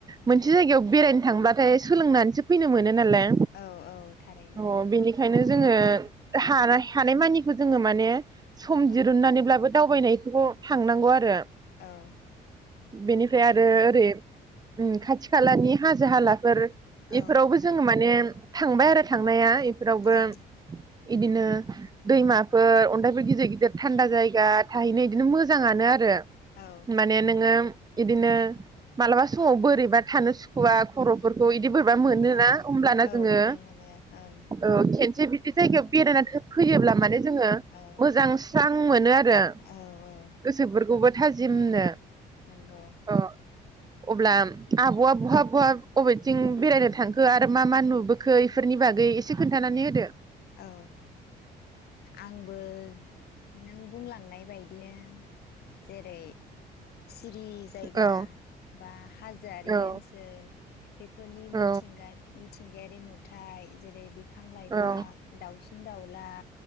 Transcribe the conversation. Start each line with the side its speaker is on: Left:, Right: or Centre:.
Right: मोनसे जायगायाव बेरायनो थांबाथाय सोलोंनानैसो फैनो मोनो। नालाय
Left: औ औ थारैनो
Right: अ बेनिखायनो जोङो हानाय थानाय मानिखौ जोङो माने सम
Left: औ
Right: दिरुननानैब्लाबो दावबायनायखौ थांनांगौ आरो
Left: औ
Right: बेनिफ्राय
Left: थारैनो
Right: आरो ओरै उम खाथि खालानि हाजो हालाफोर
Left: औ
Right: बेफोरावबो जोङो माने थांबाय आरो थांनाया एफ फोरावबो
Left: औ औ
Right: इदिनो दैमाफोर अन्थाइबो गिदिर गिदिर थान्दा जायगा थाहैनो इदिनो मो मोजाङानो आरो।
Left: औ
Right: माने नोङो इदिनो मालाबा समाव बोरैबा थानो सुखुवा खर' फोरखौ इदि बोरैबा
Left: औ
Right: मोनोना
Left: थारैनो
Right: ओमब्लाना
Left: औ
Right: जोङो
Left: मोनो मोनो ओं
Right: ओ खेन जे बिदि जायगायाव बेरायनानै होयोब्ला माने जोङो
Left: औ
Right: मोजां स्रां मोनो आरो
Left: औ औ
Right: गोसोफोरखौबो थाजिमनो
Left: औ नंगौ
Right: अ। अब्ला आब'आ बहा बहा बबेथिं बेरायनो थांखो आरो मा मा नुबोखो इफोरनि बागै एसे खोन्थानानै होदो।
Left: औ आंबो नों बुंलां नाय बायदिनो जेरै सि सिरि जायगा
Right: औ
Left: बा हाजोआरि
Right: औ
Left: ओनसोल बेफोरनि
Right: औ
Left: मिथिंगानि मि मिथिंगायारि नुथाय जेरै बि बिफां लाइफां
Right: औ
Left: दाउसिन दाउला